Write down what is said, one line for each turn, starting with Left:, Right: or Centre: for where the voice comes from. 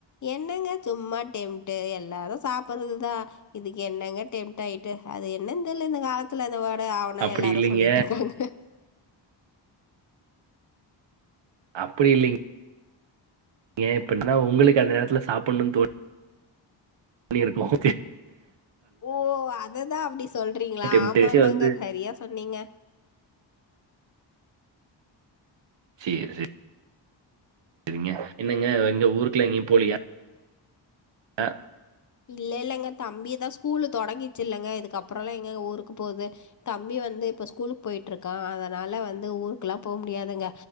Left: என்னங்க சும்மா டெம்ட்டு எல்லாரு சாப்புட்றது தா இதுக்கு என்னங்க டெம்ட்டு ஆயிட்டு அது என்னன்னு தெரில இந்த காலத்துல அந்த வா த ஆ ஊனா
Right: அப்படி
Left: எல்லாரு
Right: இல்லைங்க
Left: சொ சொல்லிட்டுருக்காங்க
Right: அப்டி இல்லிங் ஏன் அப்டினா உங்களுக்கு அந்த நேரத்துல சாப்புட்ணுன்னு தோ தோனிருக்கும்
Left: ஓ அத தா சொல்றீங்களா
Right: டெம்டேஷன்
Left: ஆமாமாங்க
Right: வந்து
Left: சரியா சொன்னீங்க
Right: செரி செரி சேரிங்க என்னங்க எங்க ஊருக்கெல்லா எங்கயு போலியா ஆஹ்
Left: இல்ல இல்லங்க தம்பிய தா ஸ்கூலு தொடங்கிச்சி இல்லங்க இதுக்கப்புறம்லா எங்கங்க ஊருக்கு போறது தம்பி வந்து இப்போ ஸ்கூலுக்கு போயிட்டிருக்கா அதனால வந்து ஊருக் எல்லா போக முடியாதுங்க